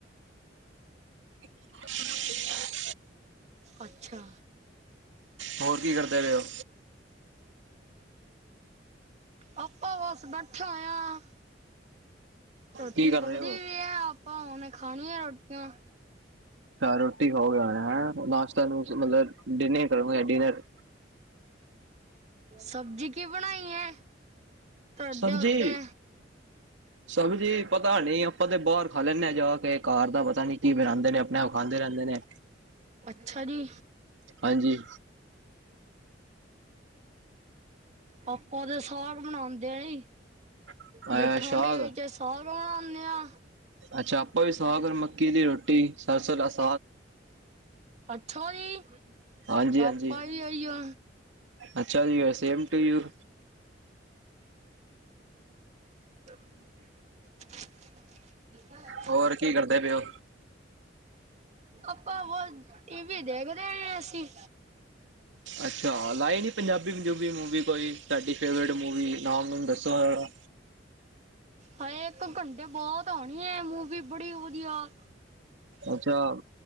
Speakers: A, on the right; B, on the right.
A: <unintelligible> <inaudible>
B: ਅੱਛਾ
A: ਹੋਰ ਕੀ ਕਰਦੇ ਪਏ ਹੋ?
B: ਆਪਾਂ ਬਸ ਬੈਠੇ ਹੋਏ ਆ। ਰੋਟੀ
A: ਕੀ ਕਰ
B: ਪਕਦੀ
A: ਰਹੇ ਹੋ?
B: ਪਈ ਹੈ ਆਪਾਂ ਉਹਨ ਖਾਣੀ ਹੈ ਰੋਟੀਆਂ।
A: ਆ ਰੋਟੀ ਖਾਓਗੇ ਹੈਂ ਨਾਸ਼ਤਾ ਨੂੰਸ਼ ਮਤਲਬ ਡਿਨਰ ਕਰਗੇ ਡਿਨਰ?
B: ਸਬਜ਼ੀ ਕੀ ਬਣਾਈ ਹੈ? ਤੁਹਾਡੇ
A: ਸਬਜ਼ੀ
B: ਉੱਤੇ
A: ਸਬਜ਼ੀ ਪਤਾ ਨੀ ਆਪਾਂ ਤੇ ਬਾਹਰ ਖਾ ਲੈਂਦੇ ਹਾਂ ਜਾ ਕੇ ਘਰ ਦਾ ਪਤਾ ਨੀ ਕੀ ਬਣਾਂਦੇ ਨੇ ਆਪਣੇ ਆਪ ਖਾਂਦੇ ਰੈਂਦੇ ਨੇ।
B: ਅੱਛਾ ਜੀ
A: ਹਾਂਜੀ
B: ਆਪਾ ਤੇ ਸਾਗ ਬਣਆਂਦੇ ਆ ਜੀ।
A: ਅ
B: ਜੇ ਠੰਡੇ
A: ਸਾਗ
B: ਵਿੱਚ ਸਾਗ ਬਣਾਂਦੇ ਆ।
A: ਅੱਛਾ ਆਪਾਂ ਵੀ ਸਾਗ ਔਰ ਮੱਕੀ ਦੀ ਰੋਟੀ ਸਰਸੋ ਦਾ ਸਾਗ
B: ਅੱਛਾ ਜੀ
A: ਹਾਂਜੀ ਹਾਂਜੀ
B: ਆਪਾਂ ਵੀ ਏਹੀ ਓ
A: ਅੱਛਾ ਜੀ ਉ ਸੇਮ ਟੂ ਯੂ।
B: <unintelligible> <inaudible>
A: ਓਰ ਕੀ ਕਰਦੇ ਪਏ ਓ?
B: ਆਪਾਂ ਬਸ ਟੀ ਵੀ ਦੇਖਦੇ ਯਾ ਅਸੀਂ।
A: ਅੱਛਾ ਲਾਏ ਨੀ ਪੰਜਾਬੀ ਪੂੰਜੂਬੀ ਮੂਵੀ? ਕੋਈ ਤਾਡੀ ਫੇਵਰੇਟ ਮੂਵੀ ਨਾਮ ਨੂਮ ਦੱਸੋ ਜਰਾ
B: ਹਾਏ ਏਕ ਘੰਟੇ ਬਾਦ ਆਣੀ ਹੈ ਮੂਵੀ ਬੜੀ ਵਧੀਆ।
A: ਅੱਛਾ,